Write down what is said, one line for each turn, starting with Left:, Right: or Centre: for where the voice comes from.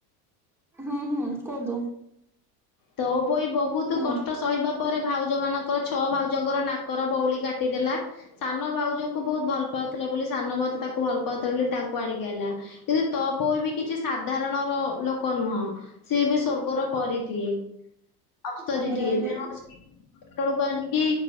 Centre: ହୁଁ ହୁଁ କୁହନ୍ତୁ।
Left: ତୋପୋଇ ବହୁତ
Centre: ହୁଁ
Left: କଷ୍ଟ ସହିବା ପରେ ଭାଉଜ ମାନଙ୍କର ଛଅ ଭାଉଜଙ୍କର ନାକର ବଉଲି କାଟିଦେଲା। ସାନ ଭାଉଜକୁ ବହୁତ ଭଲ ପାଉଥିଲା ବୋଲି ସାନ ଭାଉ ତାକୁ ଭଲ ପାଉଥିଲେ ବୋଲି ତାଙ୍କ ଆଣିକି ଆଲା କିନ୍ତୁ ତୋପୋଉ ବି କିଛି ସାଧାରଣ ର ଲୋକ ନୁହଁ। ସିଏ ବି ସ୍ଵର୍ଗର ପରୀ ଟିଏ। ଅପ୍ସରୀଟିଏ
Centre: ଆଜ୍ଞା ଆଜ୍ଞା।
Left: ତେଣୁ ସେଳକୁ ଆଣିକିି